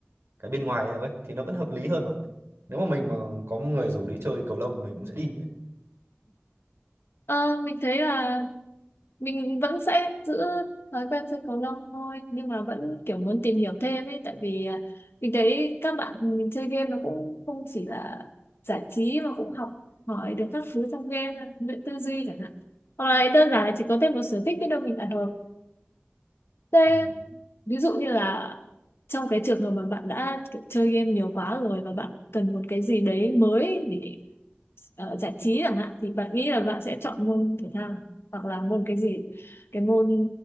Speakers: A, on the right (about 85°); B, on the left (about 75°).
A: cái bên ngoài ấy thì nó vẫn hợp lý hơn mà nếu mà mình mà có người rủ đi chơi cầu lông thì mình cũng sẽ đi ấy.
B: Ờ, mình thấy là mình vẫn sẽ giữ thói quen chơi cầu lông thôi nhưng mà vẫn kiểu muốn tìm hiểu thêm ấy tại vì à, mình thấy các bạn mình chơi game nó cũng không chỉ là giải trí mà cũng học hỏi được các thứ trong game luyện tư duy chẳng hạn hoặc là đơn giản là chỉ có thêm một sở thích biết đâu mình lại hợp Thế
A: Ờ,
B: ví dụ như là trong cái trường hợp mà bạn đã kiểu chơi game nhiều quá rồi và bạn cần một cái gì đấy mới để ờ, giải trí chẳng hạn thì bạn nghĩ là bạn sẽ chọn môn thể thao hoặc là môn cái gì cái môn